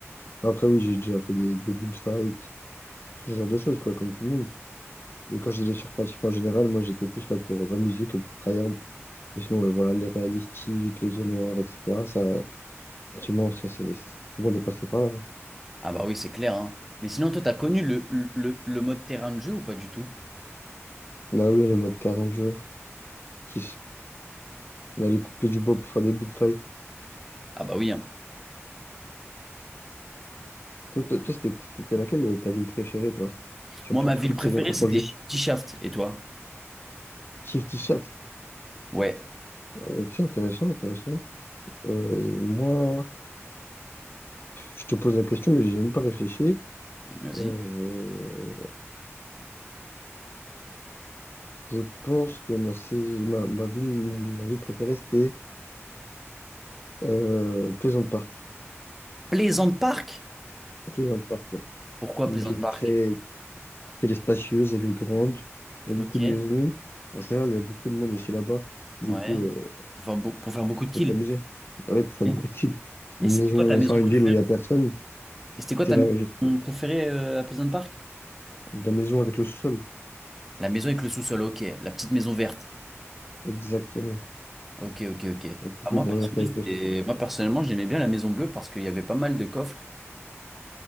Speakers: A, on the left (about 50°); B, in the centre.
A: Après, oui, j'ai déjà fait des, des bullfights, ce genre de choses, quoi, comme tout le monde. Mais quand j'étais sur créatif en général, moi, j'étais plus là pour euh, m'amuser que pour tryhard. Et sinon, ouais, voilà, les réalistiques, les zones noires, etc. Ça, effectivement, ça, c'est, tout le monde est passé par là. hein.
B: Ah bah oui, c'est clair, hein. Mais sinon, toi, t'as connu le, le, le mode terrain de jeu ou pas du tout?
A: Bah oui, le mode terrain de jeu, qui, s- on allait couper du bois pour faire des bullfights.
B: Ah bah oui, hein.
A: Toi, toi- toi, c'était c'était laquelle euh, ta ville préférée, toi? Sur
B: Moi,
A: tout-
B: ma ville
A: toutes
B: préférée,
A: saisons confondues.
B: c'était Shifty Shaft. Et toi?
A: Shifty Shaft.
B: Ouais.
A: Ah, Ok, intéressant, intéressant. Euh, moi, je te pose la question, mais j'y ai même pas réfléchi.
B: Vas-y.
A: Euh, je pense que ma, sais- ma, ma ville, ma ville préférée, c'était euh, Pleasant Park.
B: Plaisant Park?
A: Pleasant Park, ouais.
B: Pourquoi
A: Une
B: Plaisant
A: ville
B: Park?
A: très, très spacieuse, elle est grande. Il y a
B: Ok.
A: beaucoup de maisons. En général, il y a beaucoup de monde aussi là-bas. Du
B: Ouais.
A: coup, euh,
B: Pour faire, beau- pour faire beaucoup
A: tu
B: de kills.
A: peux t'amuser. Ah Ouais, pour faire
B: Et
A: beaucoup de chill. Une
B: et c'était
A: maison,
B: quoi ta maison
A: enfin, une
B: préférée?
A: ville où il y a personne.
B: Et c'était quoi
A: C'est
B: ta
A: la,
B: maison préférée euh, à Pleasant Park?
A: la maison avec le sous-sol.
B: La maison avec le sous-sol, ok. La petite maison verte.
A: Exactement.
B: Ok, ok, ok.
A: La petite
B: Ah,
A: maison
B: moi, perso-
A: verte
B: c'était-
A: avec le sous-sol.
B: moi, personnellement, j'aimais bien la maison bleue parce qu'il y avait pas mal de coffres.